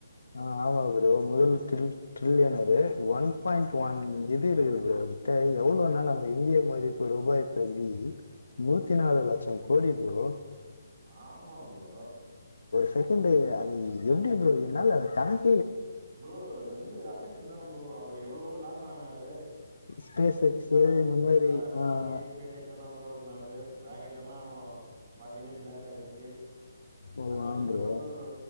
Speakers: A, on the left (about 85°); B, on the right (about 30°).
A: ஆஹ் ஆமா ப்ரோ முதல் ட்ரீ ட்ரிலியணர் <inaudible> ஒன் பாயிண்ட்
B: ஆமா
A: ஒன் இது இருக்கு எவ்வளோன்னா நம்ம இந்திய மதிப்பு ரூபாய் படி நூத்தி நாலு லட்சம் கோடி ப்ரோ
B: ஆமா ப்ரோ
A: செகண்ட அது எப்டி ப்ரோ என்னால அது கணக்கு
B: ப்ரோ அது வந்து அசட்ஸ் தான் ப்ரோ அவர் எவ்ளோவோ லாஸ்ட் ஆனாரு
A: ஸ்பேஸ் எக்ஸ்
B: கடன்
A: இந்த மாதிரி
B: கடன் வாங்கி
A: ஆஹ்
B: ஸ்பேஸ் எக்ஸ் எல்லா உருவாக்குனாரு ராக்கெட் எல்லாம் பாதிலயே பிளாஸ்ட் ஆயிடுச்சி
A: ஓ
B: அதுல
A: ஆம்
B: இருந்து
A: ப்ரோ
B: வந்து ஒரு